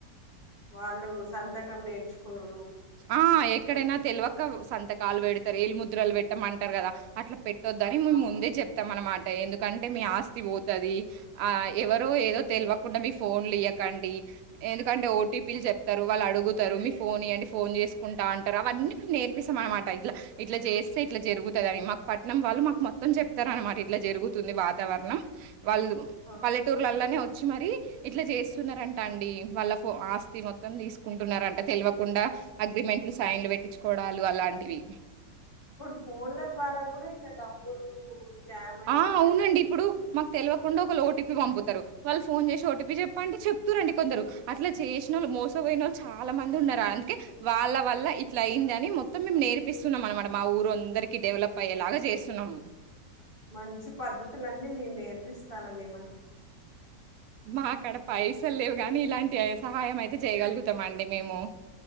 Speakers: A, on the left; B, on the right.
A: వాళ్ళు సంతకం నేర్చుకున్నా
B: ఆ ఎక్కడైనా తెలివక సంత కాలు వేడతారు ఏల్ ముదు కులు పెట్టమంటారు కదా అట్లా పెట్ట ద్దని మేము
A: ఆ!
B: ముందే చెప్తాం అన్నమాట ఎందుకంటే మీ ఆస్తి పోతుది ఆ ఎవరో ఏదో తెలియకుండా మీ ఫోన్లు ఇయకండి ఎందుకంటే ఓటీపీలు చెప్ రు వాళ్ళు అడుగుతారు మీ ఫోన్ అంటే ఫోన్ చేసుకుంటా అంటారు అవన్నీ మేము నేర్పిస్తాం అనమాట ఇట్లా ఇట్లా చేస్తే ఇట్లా జరుగుతుంది అని మాకు పట్టణం వాళ్ళు మాకు మొత్తం చెప్తారు అనమాట ఇట్లా జరుగుతుంది వాతావరణం వాళ్ళు
A: ఆ!
B: పల్లెటూర్లలోనే వచ్చ వచ్చి మర ఇట్లా చేస్తున్నారంట అండి వాళ్ళ ఫ ఆస్తి మొత్తం తీసుకుంటున్నారంట తెలియకుండా అగ్రిమెంట్లు సైన్లు పెట్టించుకోవడాలు అలాంటివి
A: ఇప్పుడు ఫోన్ల ద్వారా కూడా ఇట్లా డబ్బులు స్కామ్ అయితాన్నాయని
B: ఆ అవునండి
A: అది
B: ఇప్పుడు మాకు తెలియకుండా ఒక లోటు ఓటిపీ పంపుతారు వాళ్ళు ఫోన్ చేసి ఓటీపీ చెప్పంటే చెప్త రండి కొందరు అట్లా చేసిన వాళ్ళ మోసం పోయి వాళ్ళు చాలా మంది ఉన్నారు అందుకే వాళ్ళ వల్ల
A: అవును.
B: ఇట్లా అయింది అని మొత్తం మేము నేర్ చపిస్తున్నాం అనమాట మా ఊరు అందరికి డెవలప్ అయ్యేలాగా చేస్తున్నాం
A: మంచి పద్ధతులన్నీ మీరు నేర్పిస్తనండి
B: మా అక్కడ పైసలు లేవు కాని ఇలాంటి అ సహాయం అయితే చేయగలుగుతాం అండి మేము